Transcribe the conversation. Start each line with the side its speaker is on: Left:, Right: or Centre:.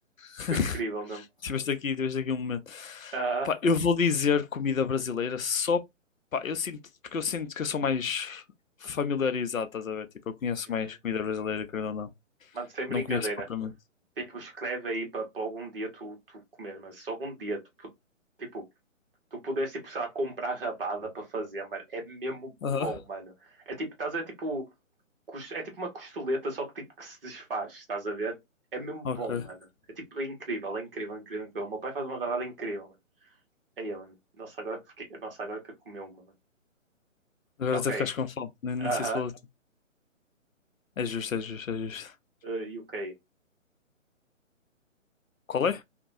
Left: <laughs>
Right: Foi incrível mesmo.
Left: Tiveste aqui, tiveste aqui um momento.
Right: Aham.
Left: Pá, eu vou dizer comida brasileira só, pá, eu sinto, porque eu sinto que eu sou mais familiarizado, estás a ver? Tipo, eu conheço
Right: Uhum.
Left: mais comida brasileira, querendo ou não.
Right: Mano, sem
Left: Não
Right: brincadeira.
Left: conheço propriamente.
Right: Tipo, escreve aí para algum dia tu, tu comer, mas se algum dia tu, pu- tipo, tu puderes, tipo, sei lá, comprar rabada para fazer, mano, é mesmo
Left: Aham,
Right: bom, mano. É tipo, estás a ver, tipo, cos- é tipo uma costeleta, só que tipo que se desfaz, estás a ver? É mesmo
Left: ok.
Right: bom, mano. É tipo, é incrível, é incrível, é incrível, é incrível. O meu pai faz uma rabada incrível, mano. Aí, mano. Nossa, agora que fiquei... Nossa, agora que eu comi uma, mano.
Left: Agora
Right: Ok.
Left: até ficaste com fome, nem, nem
Right: Aham.
Left: sei se vou. É justo, é justo, é justo.
Right: Uh, UK.
Left: Qual é?